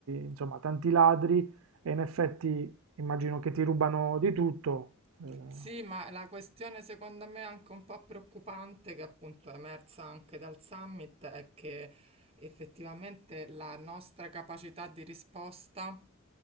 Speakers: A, on the right; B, on the right.
A: insomma, tanti ladri e in effetti immagino che ti rubano di tutto. Eh,
B: Sì, ma la questione secondo me anche un po' preoccupante, che appunto è emersa anche dal summit, è che effettivamente la nostra capacità di risposta